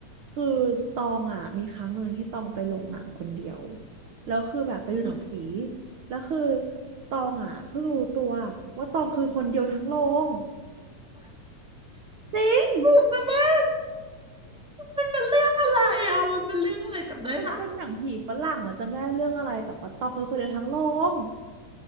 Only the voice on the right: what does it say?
คือตองอ่ะมีครั้งหนึ่งที่ตองไปโรงหนังคนเดียวแล้วคือแบบไปดูหนังผี
แล้วคือตองอ่ะเพิ่งรู้ตัวว่าตองคือคนเดียวทั้งโรงจริง
มันเป็นหนังผีฝรั่งอะจำไม่ได้เรื่องอะไรแต่ว่าตองคือคนเดียวทั้งโรง